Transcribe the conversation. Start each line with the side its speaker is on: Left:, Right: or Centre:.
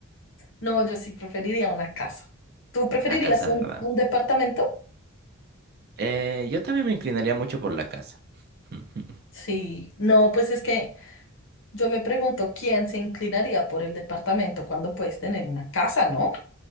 Left: No, yo sí preferiría una casa. ¿Tú preferirías
Right: La casa,
Left: un,
Right: ¿verdad?
Left: un departamento?
Right: Eh, yo también me inclinaría mucho por la casa. <laughs>
Left: Sí. No, pues es que yo me pregunto quién se inclinaría por el departamento cuando puedes tener una casa, ¿no?